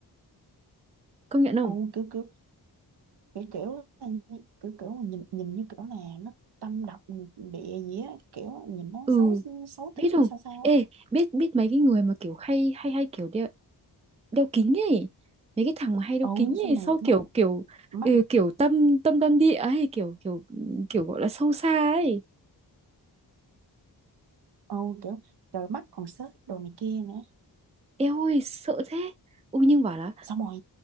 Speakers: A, on the right; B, on the right.
A: công nhận không
B: ồ kiểu kiểu kiểu kiểu là như- kiểu kiểu mà nhìn nhìn như kiểu là nó tâm độc ừ, địa gì á kiểu nhìn nó
A: ừ
B: xấu xấu
A: biết
B: tính
A: không
B: sao sao
A: ê
B: á
A: biết biết mấy cái người mà kiểu hay hay hay kiểu đeo đeo kính ấy mấy cái thằng mà hay
B: ồ
A: đeo kính
B: xong
A: ấy
B: rồi
A: sau
B: mắt
A: kiểu kiểu
B: mắt
A: ừ, kiểu tâm tâm tâm địa ấy kiểu kiểu kiểu gọi là sâu xa ấy
B: ồ kiểu trời mắt còn xếp đồ này kia nữa
A: Eo ơi sợ thế Ui nhưng bảo là
B: xong rồi